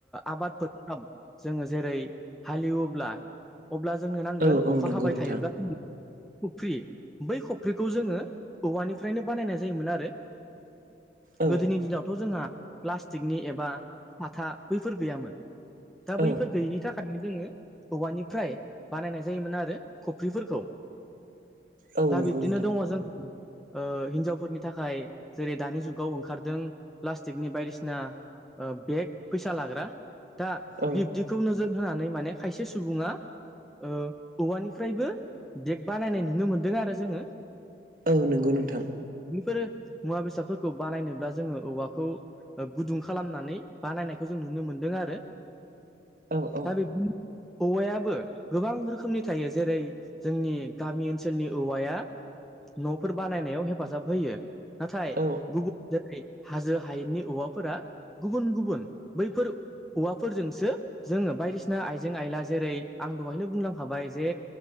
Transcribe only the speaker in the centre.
आबाद फोथाराव जोङो जेरै हालेवोब्ला अब्ला जोंनो नांगोन
अखा
हाबाय
थायोब्ला जों खफ्रि बै खफ्रिखौ जोङो औवानिफ्रायनो बानायनाय जायोमोन आरो
गोदोनि दिनावथ' जोंहा प्लास्टिकनि एबा साथा बैफोर गैयामोन दा
बैफोर गैयिनि थाखायनो जोङो औवानिफ्राय बानायनाय जायोमोन आरो खफ्रिफोरखौ
दा
बिब्दिनो
दङ जों ओ हिनजावफोरनि थाखाय जेरै दानि जुगाव ओंखारदों प्लास्टिकनि बायदिसिना बेग फैसा लाग्रा दा
बिब्दिखौ नोजोर होनानै माने खायसे सुबुङा ओ औवानिफ्रायबो बेग बानायनाय नुनो मोनदों आरो जोङो
बेफोरो मुवा बेसादफोरखौ बानायनोब्ला जोंङो औवाखौ गुदुं खालामनानै बानायनायखौ जों नुनो मोनदों आरो
दा बे <unintelligible> औवायाबो गोबां रोखोमनि थायो जेरै जोंनि गामि ओनसोलनि औवाया न'फोर बानायनायाव हेफाजाब होयो नाथाय
गुबुन जेरै हाजो हायेननि औवाफोरा गुबुन गुबुन बैफोर औवाफोरजोंसो जोंङो बायदिसिना आइजें आइला जेरै आं दहायनो बुंनांखाबाय जे